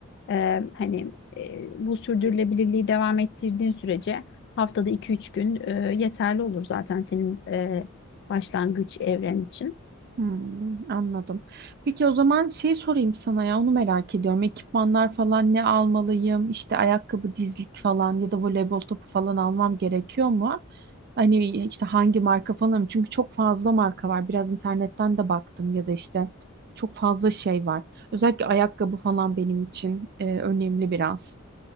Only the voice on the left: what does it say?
Ee, hani e, bu sürdürülebilirliği devam ettirdiğin sürece haftada iki üç gün e, yeterli olur zaten senin Başlangıç evren için.